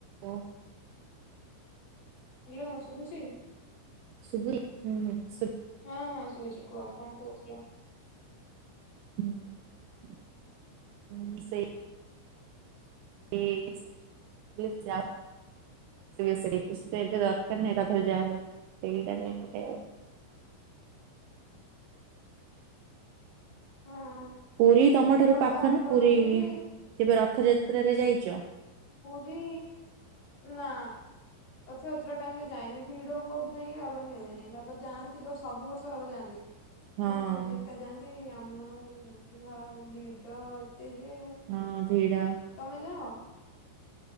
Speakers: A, on the right; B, on the left.
A: ଓ।
B: Hello ଶୁଭୁଚି?
A: ଶଭିଲା ହୁଁ ଶୁବ
B: ହଁ ହଁ ଶୁଭୁଚି କୁହ କଣ କହୁଥିଲ?
A: ହୁଁ ହୁଁ ସେଇ <unintelligible> <unintelligible> ଏବେ ଦରକାର ନାହିଁ ତା ଦେହେରେ ଜା ଯୋଉ ସେଇଟା ପାଇଁ ଗୋଟେ
B: ହଁ
A: ପୁରୀ ତମ
B: ମୋର
A: ଠାରୁ ପାଖ
B: ବାହାର
A: ନା
B: କରିନଥିଲି
A: ପୁରୀ କେବେ ରଥଯାତ୍ରାରେ ଯାଇଚ?
B: ପୁରୀ ନା। ରଥଯାତ୍ରା ଟାଇମ୍ ରେ ଯାଇନି ଭିଡ ବହୁତ ପାଇଁ ବାବା ନିଅନ୍ତି ବାବା ଯାନ୍ତି ବର୍ଷ ସବୁ ବର୍ଷ ବାବା ଯାଆନ୍ତି। କିନ୍ତୁ
A: ହଁ
B: ଏକା ଯାଆନ୍ତି। ଆମ ମାନଙ୍କୁ ଭିଡ ଏତେ ଯେ
A: ହଁ ଭିଡ଼।
B: ତମେ ଯାଅ